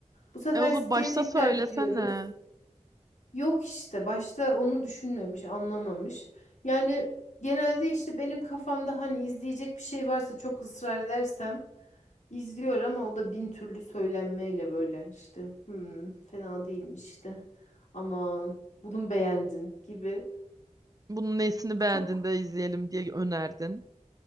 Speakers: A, on the left; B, on the right.
A: Bu sefer
B: E o zaman
A: siteye
B: başta
A: tekrar
B: söylesene.
A: gidiyoruz. Yok işte başta onu düşünmemiş, anlamamış. Yani genelde işte benim kafamda hani izleyecek bir şey varsa çok ısrar edersem izliyor ama o da bin türlü söylenmeyle böyle işte. Hmm, fena değilmiş işte. Aman bunu beğendin gibi.
B: Bunun nesini beğendin
A: Çok
B: de izleyelim diye önerdin.